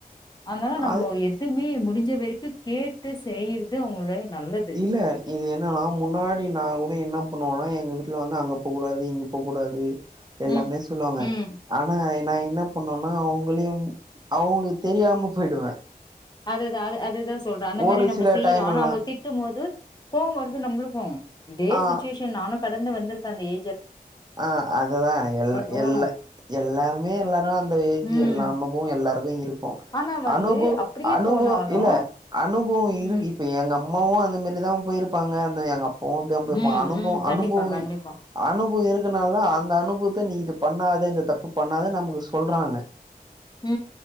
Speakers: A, on the left (about 25°); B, on the right (about 25°).
A: அதனால நம்போ
B: அது
A: எதுமே முடிஞ் ச வரைக்கும் கேட்டு செய்யறது அவங்கள நல்லது
B: இல்ல இது என்னனா முன்னாடி நான் கூட என்ன பண்ணுவோனா எங்க வீட்ல வந்து அங்க போ கூடாது இங்க போ கூடாது எல்லாமே
A: ம்
B: சொல்லுவாங்க
A: ம்
B: ஆனா நா என்னா பண்ணோன்னா அவங்களையு அவுங்களுக் தெரியாம போயிடுவே
A: அதுதா‌ அது அதுதா சொல்ற அந்த
B: ஒரு
A: மாரி நம்ப
B: சில
A: செய்றோ
B: டைம்
A: ஆனா
B: எல்லா
A: அவங்க திட்டும் போது கோவோ வருது நம்பளுக்கு இதே
B: ஆ
A: சிச்சுவேஷன் நானு க டந்து வந்திருக்க அந்த ஏ
B: ஆ அதுதா எல்
A: தோணு
B: எல்ல எல்லாருமே எல்லாரு அந்த ஏஜ்
A: ம்
B: எல்லா அனுபவோ எல்லாருக்கு இருக்கு
A: ஆனா வந்து
B: அனுப
A: அப்டியே
B: அனுபவோ
A: போனாலு
B: இல்ல அனுபவோ இரு
A: ம்
B: இப்ப எங் அம்மாவு அந்த மாரிதா போயிருப்பாங்கன்னு எங்கப் போகம்ன்டு இருக்கோ
A: ம்
B: அனுபவு
A: ம் கண்டிப்பா
B: அனுபவு
A: கண்டிப்பா
B: அனுபவுயிக் அ அந்த அனுபவத்த நீ இது பண்ணாத இந்த தப்பு பண்ணாத நமக்கு சொல்றாங்க
A: உ